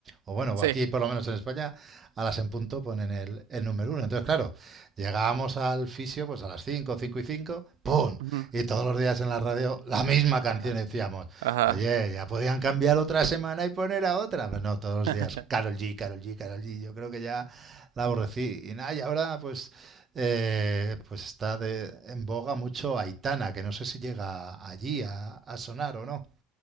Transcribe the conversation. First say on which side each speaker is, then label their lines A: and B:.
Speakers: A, on the right; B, on the right.
A: O bueno, o
B: sí.
A: aquí por lo menos en España, a las en punto ponen el, el número uno. Entonces, claro, llegábamos al fisio pues a las 5, 5 y 5, ¡pum!
B: Ujú.
A: Y todos los días en la radio la misma canción
B: Ajá,
A: decíamos.
B: ajá.
A: Oye, ya podían cambiar otra semana y poner a otra. Pero no, todos los
B: <laughs>
A: días, Carol G, Carol G, Carol G. Yo creo que ya la aborrecí. Y nada, y ahora pues eh, pues está de- en boga mucho Aitana, que no sé si llega allí a, a sonar o no.